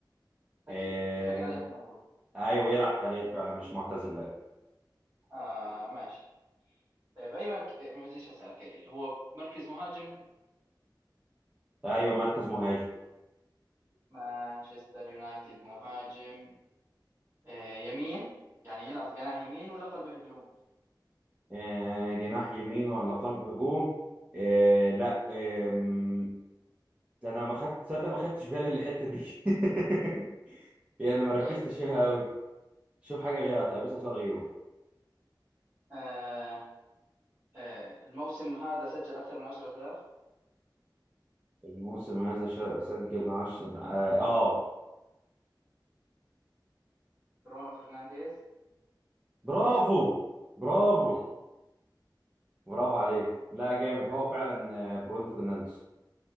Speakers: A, on the right; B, on the right.
A: اكيد
B: آه،
A: اتفقنا عليها من اول
B: ايوه يلعب حاليا فعلا مش معتزل لا
A: آه ماشي آه باي مركز ما بديش اسالك آه، هو مركز مهاجم
B: ايوه مركز مهاجم
A: مانشستر يونايتد مهاجم آه يمين يعني يلعب جناح يمين ولا قلب هجوم
B: آه، جناح يمين ولا قلب هجوم آه، لا آم، انا ما خدت تصدق ما خدتش بالي الحته دي <laughs> يعني ما ركزتش
A: طيب
B: فيها قوي شوف حاجه غيرها طيب اسال سؤال غيره
A: آه آه الموسم هذا سجل اكثر من 10 اهداف
B: الموسم هذا شا- سجل 10 اه آه.
A: برونو فرنانديز
B: برافو برافو
A: <laughs>
B: برافو عليك لا جامد هو فعلا آه، برونو فرنانديز